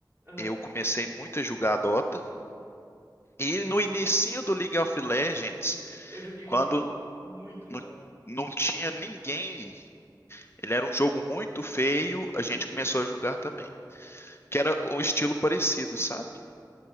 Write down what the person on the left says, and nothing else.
Eu comecei muito a jogar Dota. E no inicinho do League of Legends,
quando
não, não tinha ninguém, ele era um jogo muito feio, a gente começou a jogar também. Que era o estilo parecido, sabe?